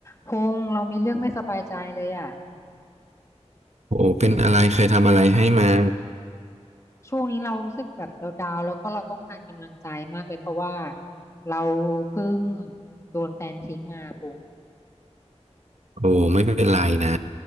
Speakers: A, on the left (about 25°); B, on the right (about 75°).
A: พงษ์เรามีเรื่องไม่สบายใจเลยอ่ะ
B: โอ้เป็นอะไรเคยทำอะไรให้มา
A: ช่วงนี้เรารู้สึกแบบดาวๆแล้วก็เราต้องการกำลังใจมากเลยเพราะว่าเราเพิ่งโดนแฟนทิ้งมาพงษ์
B: โอ้ไม่เป็นไรนะ